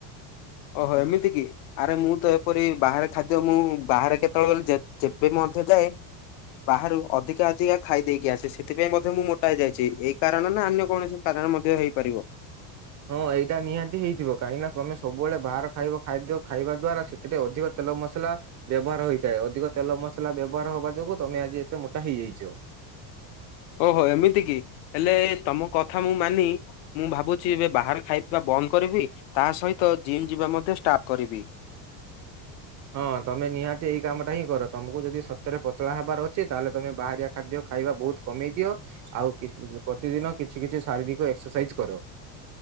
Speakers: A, on the left; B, on the right.
A: ଓହୋ ଏମିତି କି। ଆରେ ମୁଁ ତ ଏପରି ବାହାରେ ଖାଦ୍ୟ ମୁଁ ବାହାରେ କେତେବେଳେ ଯେ ଯେବେ ମଧ୍ୟ ଯାଏ। ବାହାରୁ ଅଧିକା ଅଧିକା ଖାଇ ଦେଇକି ଆସେ ସେଥିପାଇଁ ମଧ୍ୟ ମୁଁ ମୋଟା ହେଇଯାଇଛି ଏଇ କାରଣ ନା ଅନ୍ୟ କୌଣସି କାରଣ ମଧ୍ୟ ହେଇପାରିବ।
B: ହଁ ଏଇଟା ନିହାତି ହେଇଥିବ କାହିଁକି ନା ତମେ ସବୁବେଳେ ବାହାର ଖାଇବା ଖାଦ୍ୟ ଖାଇବା ଦ୍ଵାରା ସେ ସେଠେ ଅଧିକ ତେଲ ମସଲା ବ୍ୟବହାର ହେଇଥାଏ। ଅଧିକ ତେଲ ମସଲା ବ୍ୟବହାର ହବା ଯୋଗୁ ତମେ ଆଜି ଏତେ ମୋଟା ହେଇଯାଇଛ।
A: ଓହୋ, ଏମିତି କି ହେଲେ ତମ କଥା ମୁଁ ମାନି ମୁଁ ଭାବୁଛି ଏବେ ବାହାରେ ଖାଇବା ବନ୍ଦ କରିବି। ତା ସହିତ ଜିମ୍ ଯିବା ମଧ୍ୟ ଷ୍ଟାର୍ଟ କରିବି।
B: ହଁ ତମେ ନିହାତି ଏଇ କାମଟା ହିଁ କର ତମକୁ ଯଦି ସତରେ ପତଳା ହବାର ଅଛି ତାହେଲେ ତମେ ବାହାରିଆ ଖାଦ୍ୟ ଖାଇବା ବହୁତ। କମେଇ ଦିଅ ଆଉ ପ୍ରତିଦିନ କିଛି କିଛି ଶାରୀରିକ ଏକ୍ସରସାଇଜ କର।